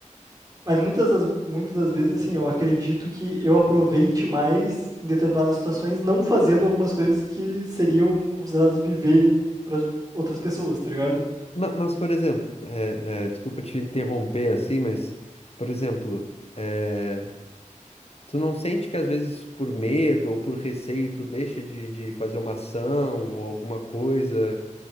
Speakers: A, on the right (about 30°); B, on the left (about 50°).
A: Mas muitas das, muitas das vezes, assim, eu acredito que eu aproveite mais em determinadas situações, não fazendo algumas coisas que seriam consideradas viver para outras pessoas, tá ligado?
B: Ma- Mas, por exemplo, é, é, desculpa te interromper assim, mas, por exemplo, é, tu não sente que às vezes por medo ou por receio tu deixa de, de fazer uma ação ou alguma coisa